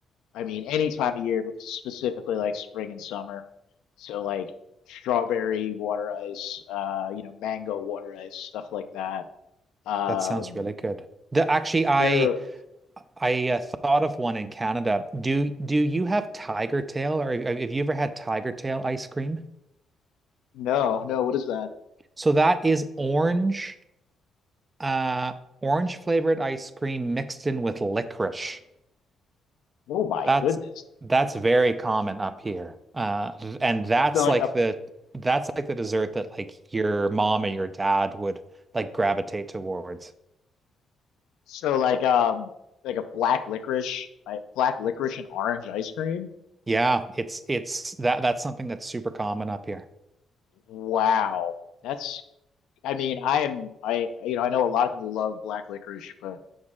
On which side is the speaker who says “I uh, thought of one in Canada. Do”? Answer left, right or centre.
Right